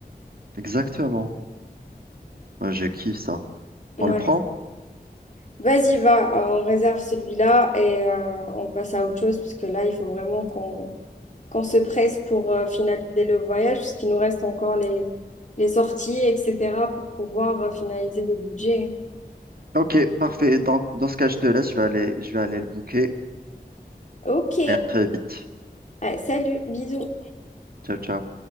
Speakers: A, on the right (about 65°); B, on the left (about 45°).
A: Exactement. Moi, je kiffe ça.
B: Ouais,
A: On le prend?
B: Vas-y, va, euh, on réserve celui-là et euh, on passe à autre chose, parce que là, il faut vraiment qu'on qu'on se presse pour euh, finaliser le voyage, parce qu'il nous reste encore les, les sorties, etc., pour pouvoir euh, finaliser le budget.
A: Ok, parfait. Donc, dans ce cas, je te laisse. Je vais aller, je vais aller le booker.
B: Ok,
A: Et à très vite.
B: Ouais, salut, bisous.
A: Ciao, ciao.